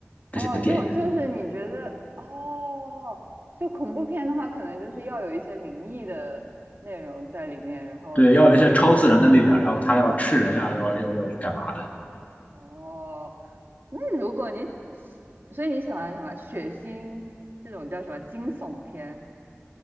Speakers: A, on the right (about 50°); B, on the left (about 35°).
A: 哦，
B: 这些电影，
A: 就就是你觉得哦，就恐怖片的话，可能就是要有一些灵异的内容在里面，然后血腥。
B: 对，要有一些超自然的力量，然后他要吃人呀、要要要干嘛？的。
A: 哦，那如果你，所以你喜欢什么血腥这种叫什么惊悚片？